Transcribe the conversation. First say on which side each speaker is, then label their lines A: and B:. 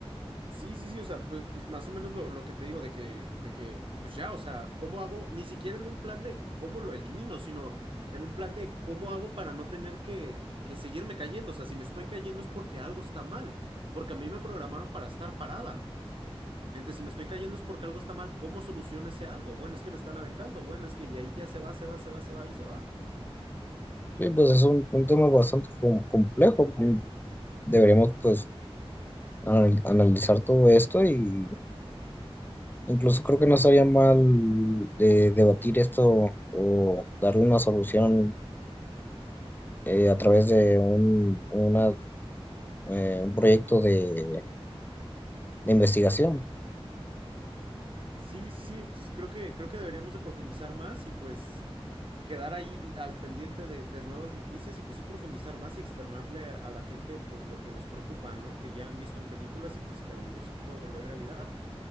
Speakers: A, on the right; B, on the left.
A: Sí, sí, sí, o sea, pues, pues más o menos lo, lo que te digo de que, de que, pues ya, o sea, ¿cómo hago? Ni siquiera en un plan de cómo lo elimino, sino en un plan de cómo hago para no tener que, que seguirme cayendo. O sea, si me estoy cayendo es porque algo está mal, porque a mí me programaron para estar parada. Entonces, si me estoy cayendo es porque algo está mal, ¿cómo soluciono ese algo? Bueno, es que me están aventando, bueno, es que y ahí ya se va, se va, se va, se va y se va.
B: Sí, pues es un, un tema bastante com- complejo. Mm, Deberíamos pues anal- analizar todo esto y Incluso creo que no estaría mal eh, debatir esto o darle una solución eh, a través de un, una, eh, un proyecto de, de investigación.
A: Sí, sí, sí, entonces creo que, creo que deberíamos de profundizar más y pues... quedar ahí al pendiente de, de nuevas noticias y pues sí profundizar más y externarle a, a la gente pues lo que nos preocupa, ¿no? Que ya han visto en películas y pues que a lo mejor se puede volver realidad,